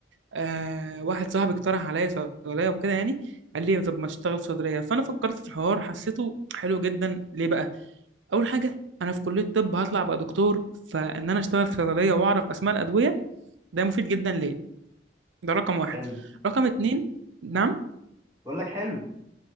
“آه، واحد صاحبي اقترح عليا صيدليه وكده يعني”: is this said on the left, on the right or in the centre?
Right